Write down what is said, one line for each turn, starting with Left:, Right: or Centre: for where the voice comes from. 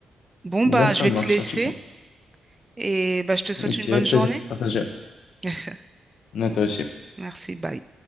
Right: Bon,
Left: Là,
Right: bah,
Left: ça
Right: je vais
Left: marche,
Right: te laisser.
Left: en tout cas.
Right: Et bah, je te souhaite
Left: Ok,
Right: une bonne journée.
Left: plaisir partagé.
Right: <laughs>
Left: À toi aussi.
Right: Merci. Bye.